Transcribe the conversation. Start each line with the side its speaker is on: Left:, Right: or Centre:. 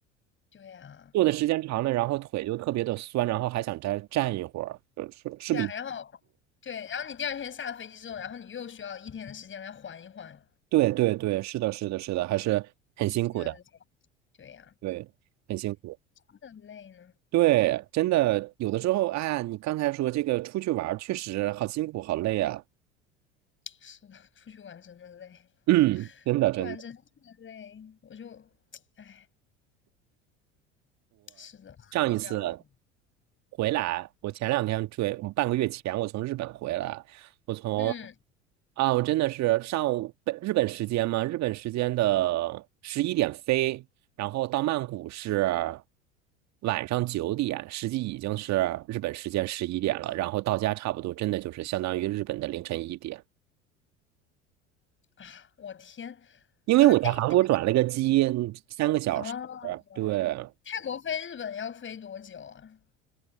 Left: 对呀，
Right: 坐的时间长了，然后腿就特别的酸，然后还想再站一会儿，呃是是比
Left: 对啊，然后对，然后你第二天下了飞机之后，然后你又需要一天的时间来缓一缓，
Right: 对对对，是的，是的，是的，还是很辛苦的，
Left: 真的累。对呀，
Right: 对，很辛苦。
Left: 真的累呢。
Right: 对，真的，有的时候，哎呀，你刚才说这个出去玩儿确实好辛苦，好累啊。
Left: 是的，出去玩真的累，
Right: 嗯，真的，
Left: 出去玩真的累，
Right: 真的。
Left: 我就，哎，是的，
Right: 上一次
Left: 是这样的。
Right: 回来，我前两天追，我半个月前我从日本回来，我从
Left: 嗯，
Right: 啊，我真的是上午本日本时间嘛，日本时间的十一点飞，然后到曼谷是晚上九点，实际已经是日本时间十一点了，然后到家差不多真的就是相当于日本的凌晨一点。
Left: 啊，我天，
Right: 因为我在韩国转了个机，
Left: 嗯，哎，泰，
Right: 嗯三个小时，
Left: 哦，
Right: 对，
Left: 泰国飞日本要飞多久啊？